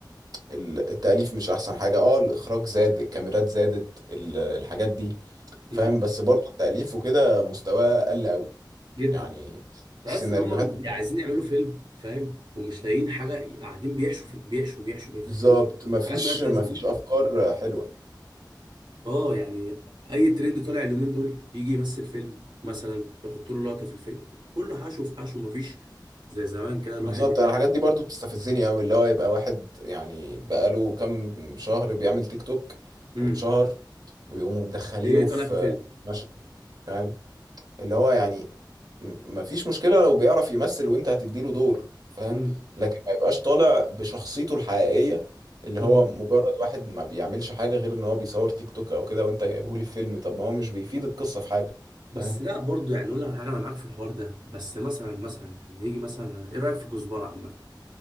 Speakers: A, on the right; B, on the right.
A: ال- التاليف مش احسن حاجه اه الاخراج زاد الكاميرات زادت ال- الحاجات دي فاهم
B: امم
A: بس برضو التاليف وكده مستواه قل قوي
B: جدا
A: يعني
B: تحس
A: السيناريوهات
B: ان هم عايزين
A: ما-
B: يعملوا فيلم فاهم ومش لاقيين حاجه قاعدين بيحشوا في بيحشوا بيحشوا في الفيلم
A: بالظبط مفيش
B: حاجات ملهاش
A: مفيش
B: لازمه
A: افكار حلوه
B: اه يعني اي ترند طالع اليومين دول يجي يمثل فيلم مثلا يحط له لقطه في الفيلم كله حشو في حشو مفيش زي زمان كده الواحد
A: بالظبط
B: يبقى
A: انا الحاجات دي برضو بتستفزني قوي اللي هو يبقى واحد يعني بقاله كام شهر بيعمل تيك توك
B: امم
A: واتشهر ويقوموا مدخلينه
B: ايه
A: في
B: طالع في فيلم
A: مشهد فاهم اللي هو يعني م- مفيش مشكلة لو بيعرف يمثل وانت هتديله دور فاهم
B: امم
A: لكن ما يبقاش طالع بشخصيته الحقيقية اللي
B: امم
A: هو مجرد واحد ما بيعملش حاجة غير ان هو بيصور تيك توك او كده وانت جايبهولي في فيلم طب ما هو مش بيفيد القصة في حاجة فاهم
B: بس لا برضه يعني نقول لك على حاجه انا معاك في الحوار ده بس مثلا مثلا يعني نيجي مثلا ايه رايك في كزبره عامه